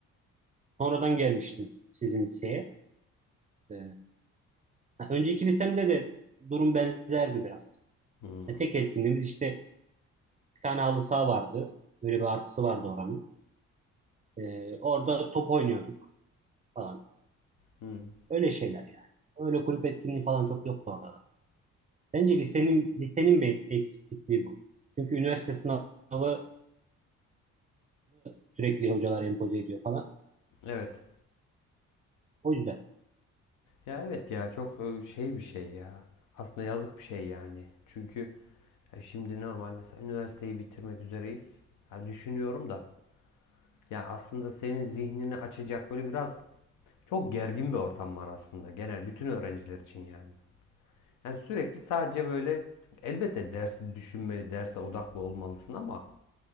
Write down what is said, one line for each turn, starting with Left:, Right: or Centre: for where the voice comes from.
Right: sonradan gelmiştim sizin liseye. Ee, ha, önceki lisemde de durum benzerdi biraz.
Left: Hmm.
Right: E, tek etkinliğimiz işte Bir tane halı saha vardı. Böyle bir artısı vardı oranın. Ee, orada top oynuyorduk falan.
Left: Hmm.
Right: Öyle şeyler yani. Öyle kulüp etkinliği falan çok yoktu orada da. Bence lisenin lisenin bir eksikliği bu. Çünkü üniversite sınavını sürekli hocalar empoze ediyor falan.
Left: Evet.
Right: O yüzden.
Left: Ya evet ya çok e, şey bir şey ya. Aslında yazık bir şey yani. Çünkü e, şimdi normal mesela üniversiteyi bitirmek üzereyiz. Ya düşünüyorum da. Ya aslında senin zihnini açacak böyle biraz Çok gergin bir ortam var aslında genel bütün öğrenciler için yani. Yani sürekli sadece böyle elbette dersi düşünmeli, derse odaklı olmalısın ama